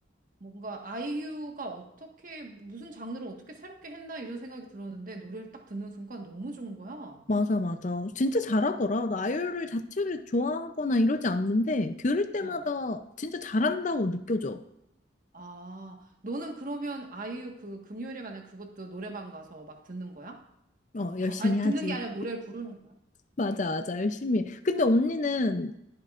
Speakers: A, on the right; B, on the left.
A: 뭔가 아이유가 어떻게, 무슨 장르를 어떻게 새롭게 했나 이런 생각이 들었는데 노래를 딱 듣는 순간 너무 좋은 거야.
B: 맞아, 맞아. 진짜 잘하더라. 나 아이유를 자체를 좋아하거나 이러지 않는데 들을 때마다
A: 어.
B: 진짜 잘한다고 느껴져.
A: 아, 너는 그러면 아이유 그 금요일에 만약 그것도 노래방 가서 막 듣는 거야?
B: 어, 열심히
A: 아니,
B: 하지.
A: 듣는 게 아니라 노래를 부르는 거야?
B: 맞아, 맞아, 열심히 해. 근데 언니는